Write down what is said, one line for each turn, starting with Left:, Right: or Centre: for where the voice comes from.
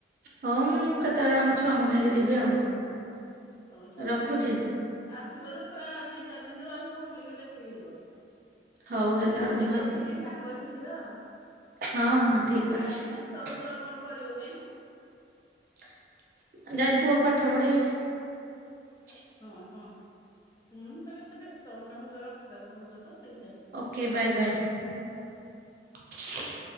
Right: ହଉ ମୁଁ କେତେବେଳେ ଆମ ଛୁଆଙ୍କୁ ନେଇକି ଯିବି ଆଉ।
Left: ହଉଛ
Right: ରଖୁଛି
Left: ପିଲାମାନେ ଆ ଆସିବ ଯେ ପୁରା ଦି ଚାରି ଦିନରେ ରହିବ ବୁଲିକି ଦେଖିକି ଯିବ।
Right: ହଉ ହେଲା
Left: ମୁଁ
Right: ଆଉ ଯିବା
Left: ବି ଦେଖିନି ସାଙ୍ଗ କହିକି ଯିବା ଆଉ।
Right: ହଁ, ହଁ, ଠିକ
Left: କାହିଁକି
Right: ଅଛି।
Left: ବ୍ୟସ୍ତ କଣ କରିବ କି ଏଇନୁ?
Right: ଯାଉଜି ପୁଅକୁ ପାଠ ପଢ଼େଇବି। <inaudible>
Left: ହଁ, ହଁ, ହୁଁ, କହିଲେ ଏତେ ବ୍ୟସ୍ତ ଆମେ ହଉ ରଖିଦବ କହୁଛ ତ। ସେଇଥିପାଇଁ
Right: ଓକେ ବାଏ, ବାଏ।
Left: ହୁଁ ବା